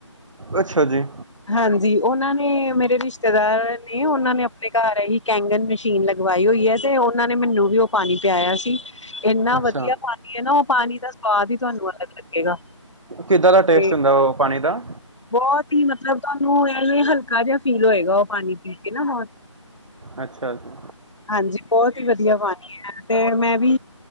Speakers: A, on the right; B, on the left.
A: ਅੱਛਾ ਜੀ।
B: ਹਾਂਜੀ, ਉਨਾਂ ਨੇ, ਮੇਰੇ ਰਿਸ਼ਤੇ ਰਿਸ਼ਤੇਦਾਰ ਨੇ, ਉਨਾਂ ਨੇ ਆਪਣੇ ਘਰ ਇਹੀ ਕੈਂਗਨ, ਮਸ਼ੀਨ ਲਗਵਾਈ ਹੋਈ ਆ। ਤੇ ਉਨਾਂ ਨੇ ਮੈਨੂੰ ਵੀ ਓ ਪਾਣੀ ਪਿਆਇਆ ਸੀ। ਏਨਾ
A: ਅੱਛਾ
B: ਵਧੀਆ ਪਾਣੀ ਆ ਨਾ ਓ ਪਾਣੀ ਦਾ ਸਵਾਦ ਹੀ ਤੁਹਾਨੂੰ ਅਲੱਗ ਲੱਗੇਗਾ।
A: ਕਿੱਦਾਂ ਦਾ ਟੇਸਟ
B: ਤੇ
A: ਹੁੰਦਾ? ਓ, ਪਾਣੀ ਦਾ
B: ਬਹੁਤ ਹੀ ਮਤਲਬ, ਤੁਹਾਨੂੰ ਇਹਵੇਂ ਹਲਕਾ ਜਿਹਾ ਫੀਲ ਹੋਏਗਾ। ਓ ਪਾਣੀ ਪੀ ਕੇ ਨਾ ਬਹੁਤ
A: ਅੱਛਾ ਜੀ
B: ਹਾਂਜੀ, ਬਹੁਤ ਹੀ ਵਧੀਆ, ਪਾਨੀ ਆ ਤੇ ਮੈਂ ਵੀ